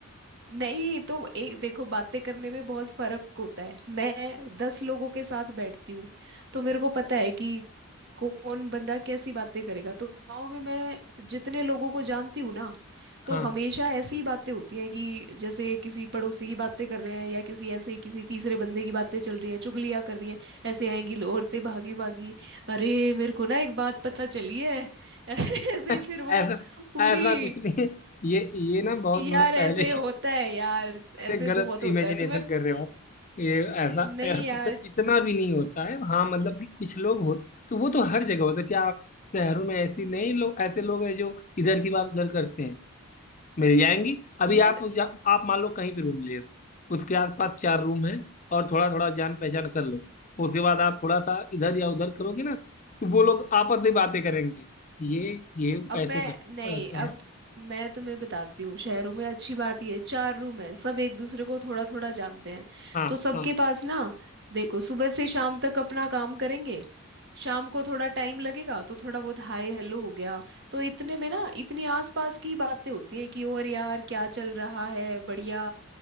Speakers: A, on the right; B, on the left.
A: नहीं तो एक देखो बातें करने में बहुत फर्क होता है मैं दस लोगों के साथ बैठती हूँ तो मेरे को पता है कि कौन बंदा कैसी बातें करेगा तो गाँव में मैं जितने लोगों को जानती हूँ ना तो
B: हाँ
A: हमेशा ऐसी बातें होती हैं कि जैसे किसी पड़ोसी की बातें कर रहे हैं या किसी ऐसे ही किसी तीसरे बंदे की बातें चल रही हैं चुगलियाँ कर रही हैं ऐसे आएंगी लो- औरतें भागी भागी अरे मेरे को ना एक बात पता चली है <laughs> ऐसे
B: <laughs>
A: फिर वो
B: ऐसा
A: पूरी
B: ऐसा कुछ नहीं है ये ये ना बहुत
A: यार
B: मतलब पहले
A: ऐसे होता
B: की
A: है यार
B: अरे
A: ऐसे
B: गलत
A: बहुत होता
B: इमेजिनेशन
A: है तुम्हें
B: कर रहे हो आप ये ऐसा
A: नहीं
B: ऐ-
A: यार
B: इत, इतना भी नहीं होता है हाँ मतलब कि कुछ लोग हो तो वो तो हर जगह होता है क्या शहरों में ऐसी नहीं लोग ऐसे लोग हैं जो इधर की बात उधर करते हैं मिल जाएंगी अभी
A: यार
B: आप जा, आप मान लो कहीं भी रूम ले हो उसके आसपास चार रूम है और थोड़ा थोड़ा जान पहचान कर लो उसके बाद आप थोड़ा सा इधर या उधर करोगे ना तो वो लोग आपस में बातें करेंगे ये ये
A: अब
B: ऐसे
A: मैं
B: करते
A: नहीं
B: हैं वो ऐसे
A: अब
B: हैं
A: मैं तुम्हें बताती हूँ शहरों में अच्छी बात ये है चार रूम है सब एक दूसरे को थोड़ा थोड़ा जानते हैं
B: हाँ
A: तो सबके
B: हाँ
A: पास ना देखो सुबह से शाम तक अपना काम करेंगे शाम को थोड़ा टाइम लगेगा तो थोड़ा बहुत हाय हेलो हो गया तो इतने में ना इतनी आसपास की बातें होती हैं कि और यार क्या चल रहा है बढ़िया